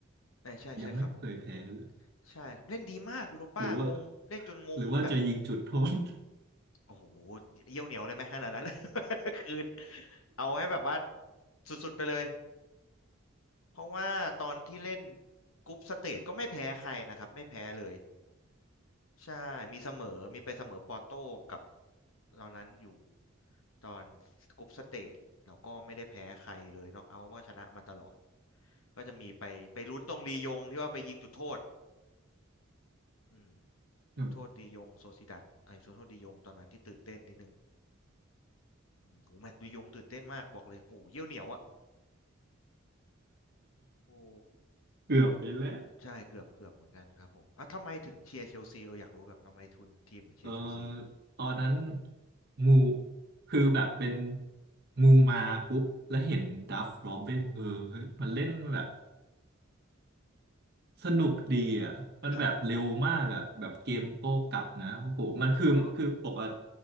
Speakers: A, on the left; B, on the right.
A: ใช่ใช่ใช่ครับผม
B: ยังไม่เคยแพ้เลย
A: ใช่ครับเล่นดีมากยูโรป้างงเล่นจนงงว่าแบบ
B: หรือว่าหรือว่าจะยิงจุดโทษ
A: โอ้โหเยี่ยวเหนียวเลยไหมขนาดนั้น <laughs> คือเอาให้แบบว่าสุดๆไปเลยเพราะว่าตอนที่เล่นกรุ๊ปสเตจก็ไม่แพ้ใครนะครับไม่แพ้เลย ใช่มีเสมอมีไปเสมอปอร์โต้กับตอนนั้นอยู่ตอนกรุ๊ปสเตจเราก็ไม่ได้แพ้ใครเลยน็อกเอาท์ก็ชนะมาตลอดก็จะมีไปไปลุ้นตรงลียงที่ว่าไปยิงจุดโทษอืมจุดโทษลียงโซซิดัดไอ้ยจุดโทษลียงตอนนั้นที่ตื่นเต้นนิดนึง
B: <laughs>
A: อืมโหแมตช์ลียงตื่นเต้นมากบอกเลยโหเยี่ยวเหนียวอ่ะโอ้
B: เกือบไปแล้ว
A: ใช่เกือบเกือบเหมือนกันครับผมอ่ะทำไมถึงเชียร์เชลซีเอออยากรู้แบบทำไมทุนทีมถึงเชียร์เชลซีครับ
B: เออตอนนั้นมูคือแบบเป็นมูมาปุ๊บแล้วเห็นดัฟโรบินเออเฮ้ยมันเล่นแบบสนุกดีอ่ะมันแบบเร็วมากอ่ะแบบเกมโต้กลับนะโอ้โหมันคือคือปกติ
A: ครับอ๋อ